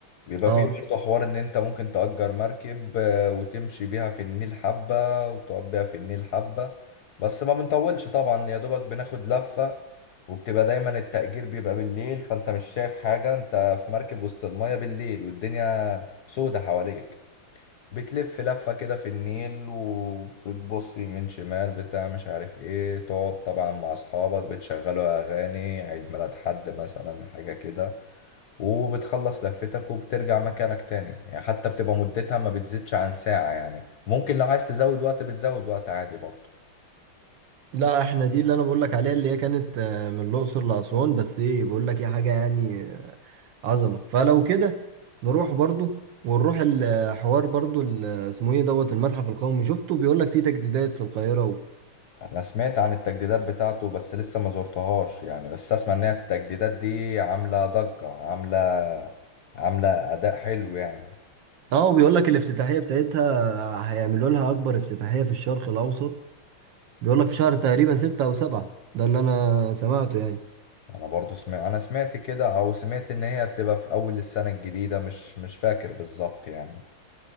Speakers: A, on the left; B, on the right.
A: بيبقى
B: اه
A: فيه برضه حوار ان انت ممكن تأجر مركب آه، وتمشي بيها في النيل حبة وتقعد بيها في النيل حبة بس ما بنطولش طبعا يا دوبك بناخد لفة وبتبقى دايما التأجير بيبقى بالليل فانت مش شايف حاجة انت في مركب وسط المية بالليل والدنيا سودة حواليك بتلف لفة كده في النيل وبتبص يمين شمال بتاع مش عارف ايه تقعد طبعا مع اصحابك بتشغلوا اغاني عيد ميلاد حد مثلا حاجة كده وبتخلص لفتك وبترجع مكانك تاني يعني حتى بتبقى مدتها ما بتزيدش عن ساعة يعني ممكن لو عايز تزود وقت بتزود وقت عادي برضه
B: لا احنا دي اللي انا بقول لك عليها اللي هي كانت آه، من الاقصر لاسوان بس ايه بقول لك ايه حاجه يعني آه، عظمه فلو كده نروح برضو ونروح الحوار برضو ال- آه، اسمه ايه دوت المتحف القومي شفته بيقول لك فيه تجديدات في القاهره و...
A: انا سمعت عن التجديدات بتاعته بس لسه ما زرتهاش يعني بس اسمع ان هي التجديدات دي عاملة ضجة عاملة عاملة اداء حلو يعني
B: اه وبيقول لك الافتتاحيه بتاعتها آه، هيعملوا لها اكبر افتتاحيه في الشرق الاوسط بيقول لك في شهر تقريبا ستة او سبعة ده اللي انا سمعته يعني
A: انا برضو سمعت انا سمعت كده او سمعت ان هي بتبقى في اول السنة الجديدة مش مش فاكر بالظبط يعني